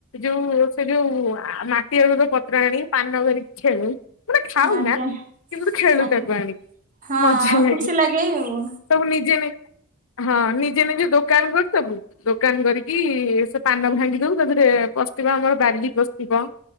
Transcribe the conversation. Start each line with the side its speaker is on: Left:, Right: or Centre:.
Left: ଯୋଉ ସେ ଯୋଉ ଆ ମାଟି ଆଳୁର ପତ୍ର ଆଣି ପାନ କରିକି ଖେଳୁ। ମାନେ ଖାଉନା
Right: ଆଜ୍ଞା
Left: କିନ୍ତୁ ତ ଖେଳୁ
Right: ଆଜ୍ଞା
Left: ତାକୁ ଆଣିକି
Right: ହଁ
Left: ମଜା ଲାଗେ।
Right: ଖୁସି ଆଉ।
Left: ସବୁ ନିଜେ ନି ହଁ ନିଜେ ନିଜ ଦୋକାନ କରଦୋବୁ ଦୋକାନ କରିକି ସେ ପାନ ଭାଙ୍ଗି ଦୋଉ ତାପରେ ପସଥିବା ଆମର ବାଲି ପସଥିବ,